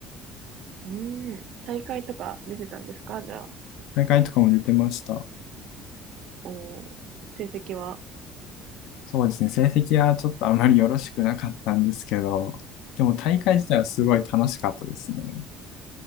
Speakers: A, on the right; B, on the left.
A: うん。大会とか出てたんですかじゃあ。
B: 大会とかも出てました。
A: おー成績は。
B: そうですね。成績はちょっとあまりよろしくなかったんですけど、でも大会自体はすごい楽しかったですね。